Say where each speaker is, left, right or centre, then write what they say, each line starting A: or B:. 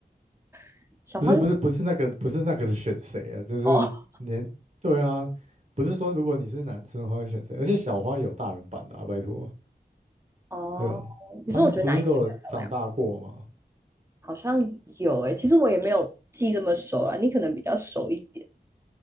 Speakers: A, on the right (about 15°); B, on the right (about 40°).
A: <laughs> 小花就
B: 不是不是不是那个不是那个选谁啊，就是连对啊，
A: 哦，
B: 不是说如果你是男生的话会选谁，而且小花有大人版的啊，拜托，
A: 哦，
B: 对啊，
A: 你说我觉得哪一只比较漂亮？
B: 他们不是都有长大过吗
A: 好像有诶、其实我也没有记这么熟啦，你可能比较熟一点。